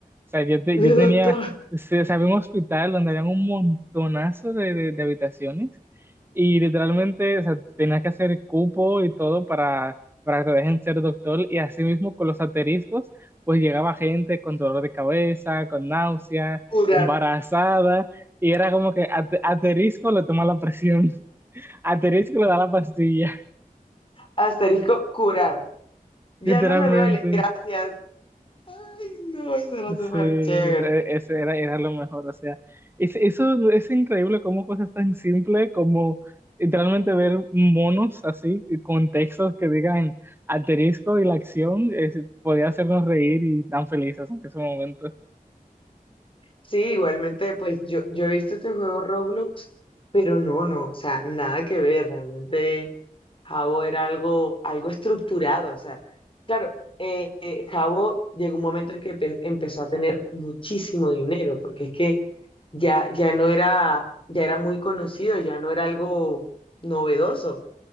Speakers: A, on the right; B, on the left.
A: sea, yo, te-
B: <laughs>
A: yo
B: De
A: tenía,
B: doctor,
A: se- o sea, había un hospital donde había un montonazo de, de- de habitaciones y literalmente, o sea, tenías que hacer cupo y todo para, para que te dejen ser doctor y así mismo con los asteriscos pues llegaba gente con dolor de cabeza, con náusea,
B: curar.
A: embarazada y era como que ate- aterisco le toma la presión, <laughs> aterisco le da la pastilla.
B: Asterisco, curar. Ya
A: Literalmente,
B: no me duele, gracias. Ay, no, eso era súper
A: sí,
B: chévere.
A: o sea, e-, ese era, era lo mejor, o sea, es- eso es increíble cómo cosas tan simples como literalmente ver monos así, con textos que digan asterisco y la acción, es- podía hacernos reír y tan felices en ese momento.
B: Sí, igualmente, pues yo, yo he visto este juego Roblox, pero no, no, o sea, nada que ver, realmente Jabo era algo, algo estructurado, o sea, claro, eh, eh, Jabo llegó un momento en que empe- empezó a tener muchísimo dinero, porque es que ya, ya no era, ya era muy conocido, ya no era algo novedoso,